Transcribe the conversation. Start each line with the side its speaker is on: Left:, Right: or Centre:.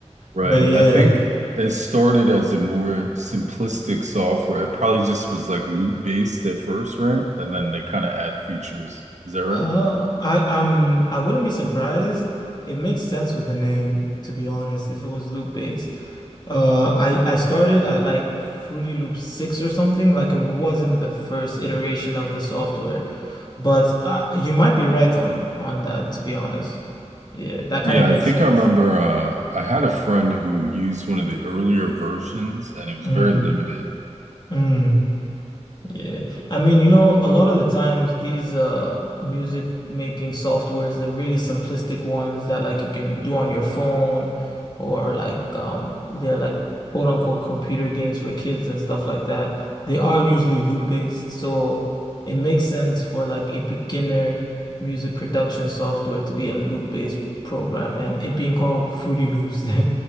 Right: Right.
Left: But yeah,
Right: I think it started as a more simplistic software. It probably just was like loop based at first, right? And then they kind of add features. Is that right?
Left: uh, I I'm I wouldn't be surprised. It makes sense with the name, to be honest, if it was loop based. Uh, I I started at like Fruity Loop 6 or something. Like it wasn't the first iteration of the software, but uh, you might be right on on that, to be honest. Yeah, that
Right: Yeah,
Left: kind of makes
Right: I think
Left: sense.
Right: I remember uh, I had a friend who used one of the earlier versions and it was
Left: Mm,
Right: very limited.
Left: mm. Yeah. I mean, you know, a lot of the times these uh music making softwares, the really simplistic ones that like you can do on your phone or like um they're like quote unquote computer games for kids and stuff like that. They are usually loop based, so it makes sense for like a beginner music production software to be a loop based program and it being called Fruity Loops. <laughs>